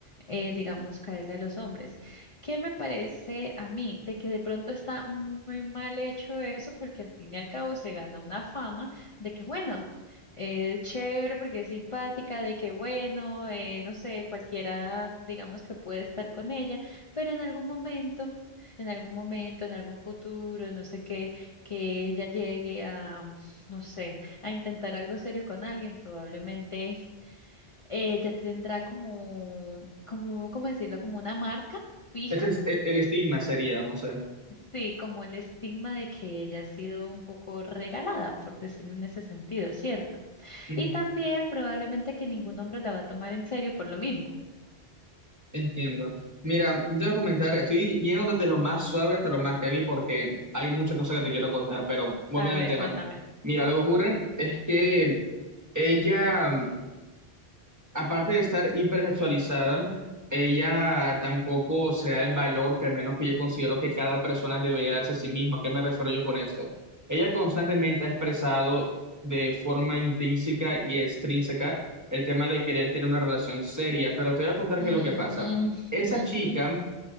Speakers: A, on the left; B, on the right.
A: eh, digamos, caerle a los hombres. ¿Qué me parece a mí? De que de pronto está muy mal hecho eso, porque al fin y al cabo se gana una fama de que, bueno, eh, es chévere porque es simpática, de que, bueno, eh, no sé, cualquiera, digamos, que puede estar con ella, pero en algún momento, en algún momento, en algún futuro, no sé qué, que ella llegue a, no sé, a intentar algo serio con alguien, probablemente eh, ya tendrá como, como, ¿cómo decirlo? Como una marca fija,
B: Ese es e- el estigma sería, no sé.
A: sí, como el estigma de que ella ha sido un poco regalada, por decirlo en ese sentido, ¿cierto?
B: <laughs> Ujú,
A: Y también probablemente que ningún hombre la va a tomar en serio por lo mismo.
B: Entiendo. Mira, yo te voy a comentar, estoy yendo desde lo más suave hasta lo más heavy porque hay muchas cosas que te quiero contar, pero volviendo
A: A ver,
B: al tema.
A: cuéntame.
B: Mira, lo que ocurre es que ella aparte de estar hipersexualizada, ella tampoco se da el valor que al menos que yo considero que cada persona debería darse a sí misma. ¿A ¿Qué me refiero yo con esto? Ella constantemente ha expresado de forma intrínseca y extrínseca el tema de querer tener una relación seria, pero te voy a contar
A: Mm,
B: qué es lo que pasa. Esa
A: ujú.
B: chica